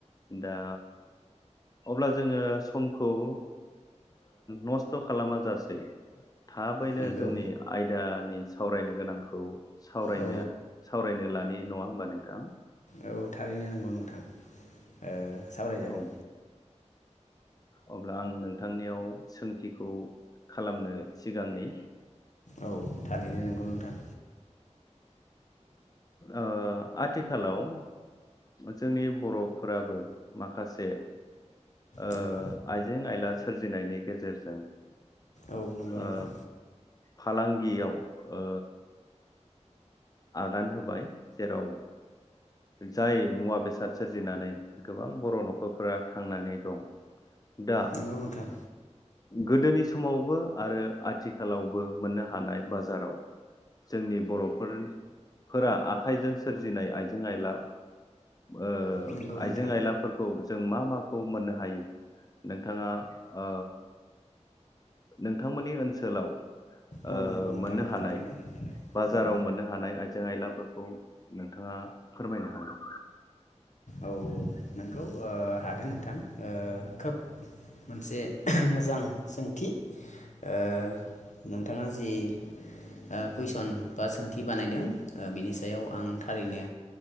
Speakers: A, on the left; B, on the left.
A: दा अब्ला जोङो समखौ ओ नस्थ' खालामा जासै थाबैनो
B: नंगौ
A: जोंनि आयदा सावरायनो गोनांखौ सावरायनो
B: औ
A: सावरायनो लानि नङा होमबा नोंथां।
B: औ थारैनो नंगौ नोंथां ओ। सावराय जागोन।
A: औ अब्ला आं नोंथांनियाव सोंथिखौ खालामनो सिगांनि।
B: औ थारैनो नोंगौ नोंथां।
A: ओ आथिखालाव जोंनि बर'फोराबो माखासे ओ
B: नंगौ
A: आइजें आयला सोरजिनायनि गेजेरजों
B: औ नोंगौ
A: ओ
B: नोंथां।
A: फालांगियाव ओ आगान होबाय जेराव जाय मुवा बेसाद सोरजिनानै गोबां बर' न'खरफोरा थांनानै दं दा
B: नंगौ नोंथां
A: गोदोनि समावबो आरो आथिखालावबो मोननो हानाय बाजाराव जोंनि बर'फोर फोरा आखाइजों सोरजिनाय आइजें आइला ओ
B: नंगौ नोंथां
A: आइजें आयलाफोरखौ जों मा माखौ मोननो हायो नोंथाङा ओ नोंथांमोननि ओनसोलाव
B: औ
A: ओ
B: नोंगौ नोंथां
A: मोननो हानाय
B: थारैनो
A: बाजाराव
B: औ।
A: मोननो हानाय आइजें आयलाफोरखौ नोंथाङा फोरमायनो हागोन।
B: औ नोंगौ ओ हागोन नोंथां ओ खोब मोनसे मोजां सोंथि। ओ नोंथाङा जि ओ कुइसन बा सोंथि बानायदों बेनि सा याव आं थारैनो